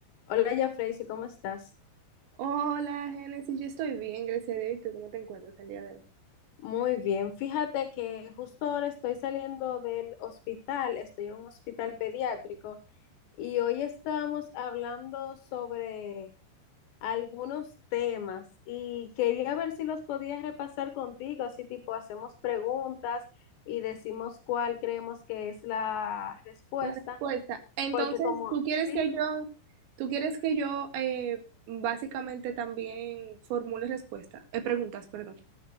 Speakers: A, on the left; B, on the right.
A: Hola, ya Freysi, ¿cómo estás?
B: Hola, Génesis, yo estoy bien, gracias a Dios. ¿Y tú cómo te encuentras el día de hoy?
A: Muy bien. Fíjate que justo ahora estoy saliendo del hospital, estoy en un hospital pediátrico y hoy estábamos hablando sobre algunos temas y quería ver si los podías repasar contigo, así tipo hacemos preguntas y decimos cuál creemos que es la respuesta,
B: La respuesta. Entonces,
A: porque como
B: ¿tú quieres
A: sí,
B: que yo, tú quieres que yo eh, básicamente también formule respuesta, eh, preguntas, perdón?